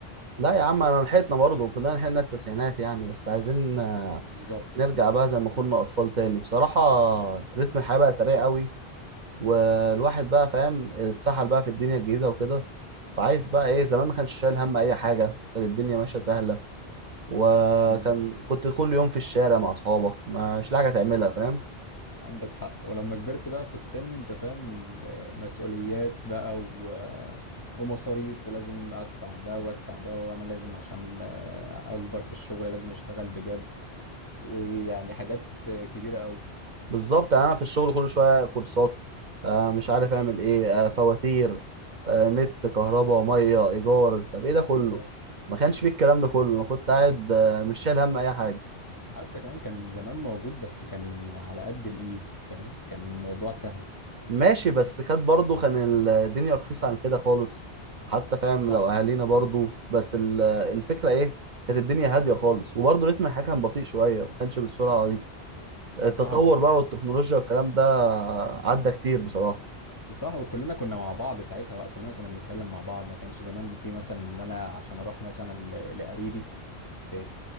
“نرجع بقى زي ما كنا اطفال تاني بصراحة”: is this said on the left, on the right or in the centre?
Right